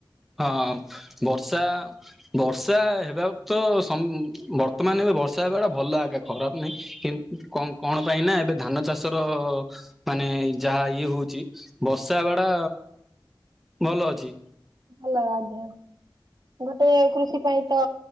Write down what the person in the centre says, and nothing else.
ହଁ ବର୍ଷା ବର୍ଷା ହେବାକୁ ତ ସମ୍ ବର୍ତ୍ତମାନ ଏବେ ବର୍ଷା ହେବାଟା ଭଲ ଏକା ଖରାପ ନାହିଁ, କିନ୍ତୁ କ କଣ ପାଇଁ ନା ଏବେ ଧାନ ଚାଷର ମାନେ ଯାହା ଇଏ ହଉଛି ବର୍ଷା ହେବାଟା ଭଲ ଅଛି।